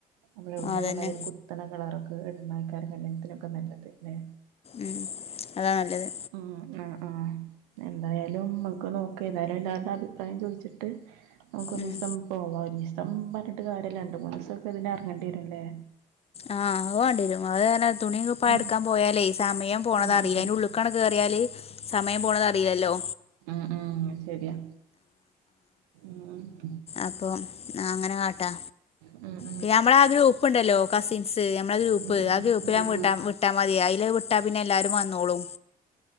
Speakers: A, on the right (about 70°); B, on the left (about 30°).
A: നമ്മളെവിടന്ന്
B: അതന്നെ
A: കണ്ടാല ഒരു കുത്തന കളറൊക്കെ ഇടുന്ന തേക്കാരും കല്യാണത്തിനൊക്കെ നല്ലത് അല്ലെ?
B: ഉ അതാണ് നല്ലത്
A: ഉം ആഹ് ആഹ് എന്തായാലും മക്ക് നോക്കാം ഏതായാലും എല്ലാവരുടെ അഭിപ്രായം ചോദിച്ചിട്ട്. നമുക്കൊരീസം
B: ഉം
A: പോവാം ഒരു ദിവസം പറഞ്ഞിട്ട് കാര്യല്ല രണ്ട് മൂന്ന് ദിവസൊക്കെ ഇതിനെ ഇറങ്ങേണ്ടി വരുംല്ലേ?
B: ആഹ് അത് കണ്ടിരും അത് തുണിപ്പാ
A: ഉം
B: എടുക്കാൻ പോയാലേ സമയം പോണത്
A: ഉം
B: അറിയില്ല
A: ഉം
B: അതിന്. ഉുള്ളുക്കാണ് കേറിയ സമയം പോണതറില്ലല്ലോ.
A: ആ ശരിയാ മ്
B: അപ്പൊ അങ്ങനെ കാട്ടാ
A: ഉ
B: പിന്നെ നമ്മളെ ആ ഗ്രൂപ്പ്ണ്ടല്ലോ കസിൻസ് നമ്മള ഗ്രൂപ്പ്
A: ഉം ഉം
B: ആ ഗ്രൂപ്പിൽ
A: ഉം
B: ഞൻ വി
A: ഉം
B: വിട്ടാൽ മതി അതില് വിട്ട പിന്നെ എല്ലാവാരും വന്നോളും.